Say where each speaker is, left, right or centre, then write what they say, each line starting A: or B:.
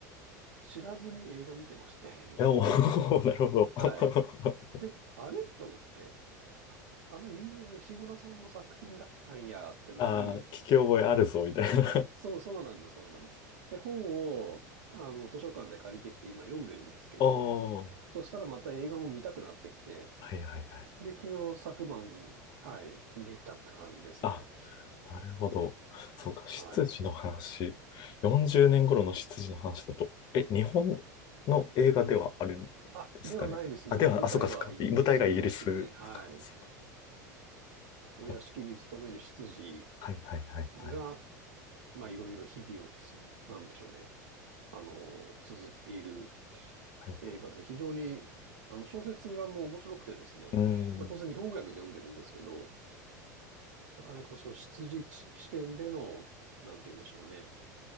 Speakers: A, on the right; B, on the left.
A: 知らずに映画見てまして、
B: いや、おー <laughs> なるほど。
A: <laughs>
B: <laughs>
A: はい。で、あれと思って、ああの有名な石黒さんの作品だったんやってなり、
B: ああ、聞き覚えあるぞ、みたいな。
A: そうそうなんです、そうなんです。で、本を、あの、図書館で借りてきて今読んでるんですけど、
B: <laughs> おー。
A: そしたらまた映画も見たくなってきて、
B: はいはいはい。
A: で、昨日昨晩、はい、見たって感じですね。
B: あなるほど。そうか、執事の話。
A: はい。
B: 40年頃の執事の話だと。え、日本の映画ではあるんで
A: あ、
B: すかね。
A: ではないですね。
B: あ、では、
A: もう舞台はイギリスですね。
B: あ、そうかそうか。舞台がイギリスか。
A: はい。
B: そ
A: お屋敷に勤める執事
B: うか。はいはいはいはい。
A: が、まあ、いろいろ日々をつ、なんでしょうね。あの、綴っている
B: はい、
A: 映画で非常に、あの、小説がもう面白くてですね、
B: うーん。
A: まあ、当然日本語訳で読んでるんですけど、なかなかその出自地視点での、なんて言うんでしょうね、